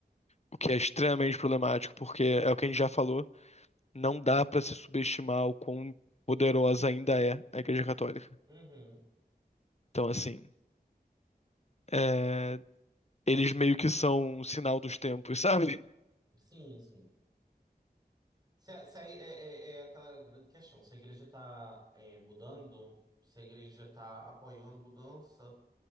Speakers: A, on the left; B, on the right.
A: O que é extremamente problemático, porque é o que a
B: Hum.
A: gente já falou, não dá pra se subestimar o quão poderosa ainda é a Igreja Católica.
B: Uhum.
A: Então, assim, é, eles meio que são o sinal dos tempos, sabe?
B: Sim, sim. Se, se a- é, é, é aquela grande questão. Se a igreja está mudando, se a igreja está apoiando mudança,